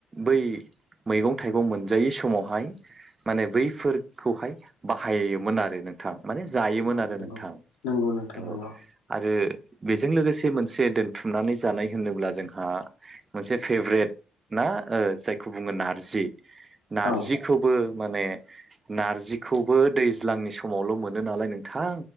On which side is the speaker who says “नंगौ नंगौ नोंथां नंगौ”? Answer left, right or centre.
Left